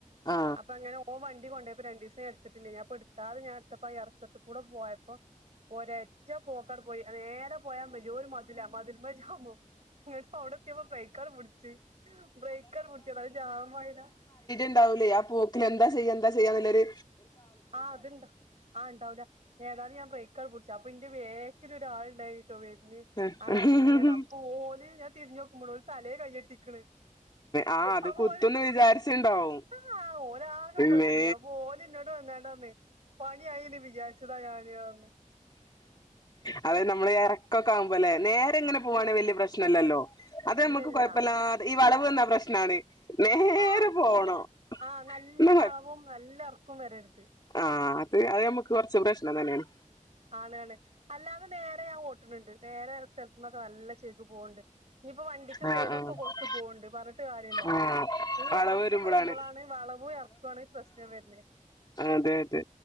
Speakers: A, on the left; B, on the right.
A: ആ
B: അപ്പൊ അങ്ങനെ ഓൻ വണ്ടി കൊണ്ട പോയപ്പോ രണ്ട് ദിവസംഞ എടുത്തിട്ടില്ല ഞാ അപ്പ ഞൻ ഇടക്കാതെ ഞാൻടുത്തപ്പ ഇറക്കത്തി കൂടെ പോയപ്പോ ഒരറ്റ പോക്കണ്ട് പോയി നേരെ പോയാൻണ്ടി പജാമോ ഇങ്ങട്ട് അവിടെ എത്തിയപ്പോ ബ്രേക്കാർ പിടിച്ചു ബ്രേക്കാർ പിടിച്ച അയ്ൽ ജാമയില
A: ണ്ടാവൂലൈ ആ പോക്കിലെ ന്താ ചെയ്യാ എന്താ ചെയ്യാ ന്ന്ല്ലൊര്
B: ആഹ് അത്ണ്ടോ ആഹ് ണ്ടാവൂല ഏതായാലും ഞാം ബ്രേക്കങ്ങട്ട് പുടിച്ചു അപ്പന്റെ ബേക്കിലൊരാള് ണ്ടയ്ന്നുട്ടൊ വെര്ണ്
A: കാളിച്ചേക്കാരും
B: അ <unintelligible> അപ്പ ഓല് ഞാൻ തിരിഞ്ഞോക്കുമ്പോ തലേൽ കയ്യെട്ടി നിക്കണ്
A: ആ അത്
B: അപ്പ
A: കുത്തുന്ന്
B: ഓല്
A: വിചാരിച്ചിണ്ടാവും
B: ആഹ് ഓലാകെ പേടിച്ച്ന്
A: മേ
B: അപ്പൊ ഓല് വന്ന് ങ്ങാണ്ട് പറഞ്ഞുയ് പണ്യായീന്ന് വിചാരിച്ചതാ ഞാന് റഞ്ഞു
A: അതായത് നമ്മള് എറക്കൊക്കെ ആകുമ്പോ ലെ നേരെ ങ്ങനെ പോവാണെ വല്ല്യേ പ്രശ്നല്ലല്ലോ അത്
B: അല്ലല്ല
A: നമ്മക്ക് കൊഴപ്പല്ലാതെ ഈ വളവ് വന്നാ പ്രശ്നാണ് നേരെ
B: ആഹ്
A: പോണം
B: ഈ ന ആഹ് നല്ല
A: എന്നാ
B: വളവും നല്ല എർക്കും വരര്ത്
A: ആഹ് അത് അത് ഞമ്മക്ക് കൊർച്ച് പ്രശ്നം തന്നേണ്.
B: ആണ് ആണ് അല്ലാതെ നേരെ ഞാം ഓട്ട്ണ് ണ്ട്. നേരെള്ള സ്ഥലത്ത് നന്നൊക്കെ നല്ല ചേൽക്ക് പോണ് ണ്ട്. ഞ്ഞിപ്പോ വണ്ടിക്ക്
A: ആ
B: സൈഡൊക്കെ
A: ആ
B: കൊട്ത്ത് പോണ് ണ്ട് പർഞ്ഞ്ട്ട് കാര്യല്ല.
A: ആ
B: ഈ
A: വളവ്
B: എറക്കം
A: വരുമ്പളാണ്
B: വര്മ്പളാണ് വളവും എറക്കാണ് പ്രശ്നം വെര്ന്നെ
A: അതെ അതെ